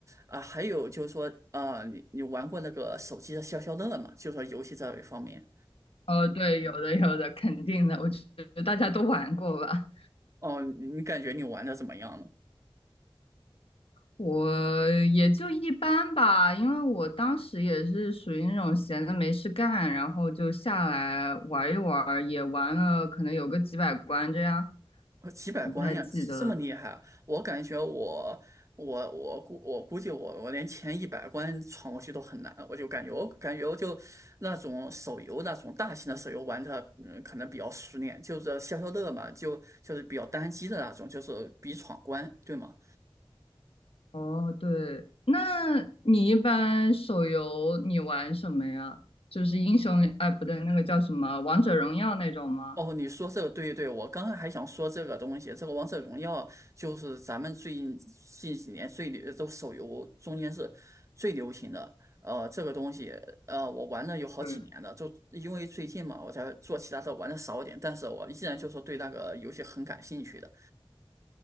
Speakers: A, on the right; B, on the left.
A: 啊、呃还有就是说，啊你你玩过那个手机的消消乐吗？就说游戏这一方面，
B: 哦，对，有的有的，肯定的，我觉得大家都玩过吧。
A: 哦，你你感觉你玩的怎么样呢？
B: 我也就一般吧，因为我当时也是属于那种闲的没事干，然后就下来玩一玩儿也玩了可能有个几百关这样，
A: 呃，几百关呀，
B: 我不太记得了。
A: 这么厉害啊我感觉我我我估我估计我我连前一百关闯过去都很难，我就感觉我感觉我就那种手游那种大型的手游玩的，嗯，可能比较熟练，就是消消乐嘛，就就是比较单机的那种，就是比闯关，对吗？
B: 哦，对，那你一般手游你玩什么呀？就是英雄联，哎，不对，那个叫什么《王者荣耀》那种吗？
A: 哦，你说这个对对，我刚才还想说这个东西，这个王者荣耀就是咱们最近近几年最流，都手游中间是最流行的。呃，这个东西，呃，我玩了有好几年了，
B: 对，
A: 就因为最近嘛，我才做其他的玩的少一点，但是我依然就是对那个游戏很感兴趣的。